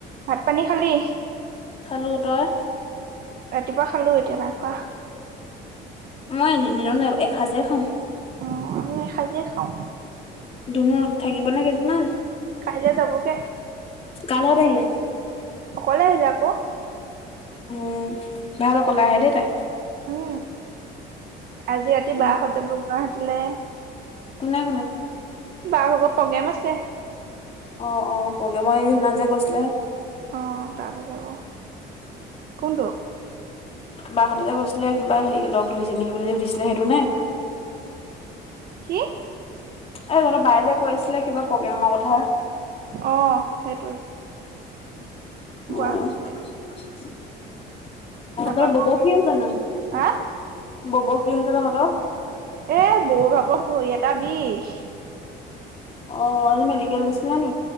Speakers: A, on the right (about 55°); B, on the left (about 35°).
A: ভাত পানী খালি?
B: খালো, তই?
A: ৰাতিপুৱা খালো, এতিয়া নাই খোৱা।
B: মই দিনত নহ এসাজেই খাওঁ।
A: অ', আমি এসাজে খাওঁ।
B: দুন থাকিব নে কেইদিনমান?
A: কাইলৈ যাবগে।
B: কাৰ লগত আহিলে?
A: অকলে আহিলে আকৌ।
B: উম, ভাল অকলে আহে দেই তাই।
A: উম, আজি ৰাতি
B: উম
A: বাৰ সত যাব গুৱাহাটীলে।
B: কোনে কোনে?
A: বাৰ <unintelligible> প্ৰগ্ৰেম আছে।
B: অ', অ', প্ৰগ্ৰেম <unintelligible> যে কৈছিলে।
A: অ', তালে যাব। কোনটো?
B: বাহ হতে গৈছিলে কিবা হেৰি লগ ধৰিছে নেকি বুলি সুঠিছিলে সেইটো নে?
A: কি?
B: এই <unintelligible> বাইয়ে যে কৈ আছিলে কিবা প্ৰগ্ৰেমৰ কথা।
A: অ', সেইটোৱে।
B: উম।
A: গুৱাহাটীলে
B: অ', <unintelligible>
A: তাৰপা
B: কি হৈছে <unintelligible>
A: আকৌ হা
B: ববৌ কি হৈছে তহঁতৰ?
A: এ বৌ <unintelligible> ভৰি এটা বিষ।
B: অ', আজি মেডিকেল নিচিলে নি?